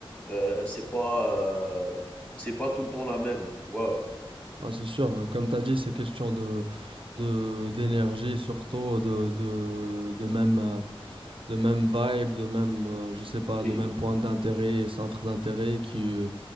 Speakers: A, on the left (about 15°); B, on the right (about 60°).
A: heu, c'est pas, heu, c'est pas tout le temps la même, tu vois?
B: Non, c'est sûr. ouais. Comme tu as dit, c'est question de, de, d'énergie, surtout de, de, de même. euh, de même vibe, de même, euh, je sais pas,
A: Oui,
B: de même point d'intérêt, centre d'intérêt qui, euh,